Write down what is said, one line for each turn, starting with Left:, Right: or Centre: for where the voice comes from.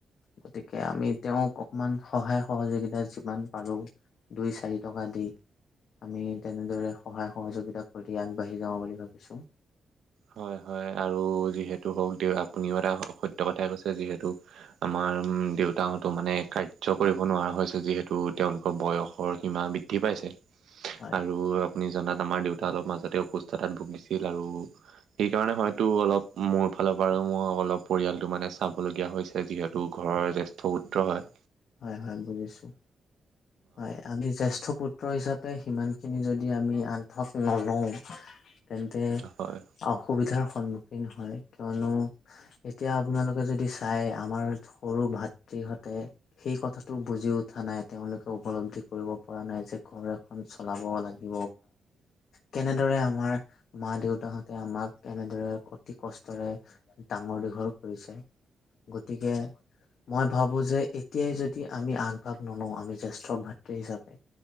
Left: গতিকে আমি তেওঁক অকমান সহায় সহযোগিতা যিমান পাৰো দুই চাৰি টকা দি আমি তেনেদৰে সহায় সহযোগিতা কৰি আগবাঢ়ি যাওঁ বুলি ভাবিছোঁ।
Right: হয় হয় আৰু যিহেতু হওক দে আপুনিও এটা সত্য কথাই কৈছে যিহেতু আমাৰ দেউতাহতো মানে কাৰ্য কৰিব নোৱাৰা হৈছে যিহেতু তেওঁলোকৰ বয়সৰ সীমা বৃদ্ধি পাইছে।
Left: হয়
Right: আৰু আপুনি জনাত আমাৰ দেউতা অলপ মাজতে অসুস্থতাত ভুগিছিল আৰু। সেইকাৰণে হয়তো অলপ মোৰ ফালৰ পৰা আৰু মোৰ অলপ পৰিয়ালটো মানে চাবলগীয়া হৈছে। যিহেতু ঘৰ জ্যেষ্ঠ পুত্ৰ হয়
Left: হয় হয় বুজিছো হয় আমি জেষ্ঠ পু ত্ৰ হিচাপে সিমানখিনি যদি আমি আনঠক নলওঁ তেন্তে
Right: হয়
Left: অসুবিধাৰ সন্মুখীন হয়। কিয়নো এতিয়া আপোনালোকে যদি চাই আমাৰ সৰু ভাতৃহতে সেই কথাটো বুজি উঠা নাই তেওঁলোকে উপলব্ধি কৰিব পৰা নাই যে ঘৰ এখন চলাব লাগে। কেনেদৰে আমাৰ মা দেউতাহঁতে আমাক কেনেদৰে অতি কষ্ট ডাঙৰ দীঘল কৰিছে গতিকে মই ভাবো যে তেতিয়াই যদি আমি আগভাগ নলও আমি জ্যেষ্ঠ ভাতৃ হিচাপে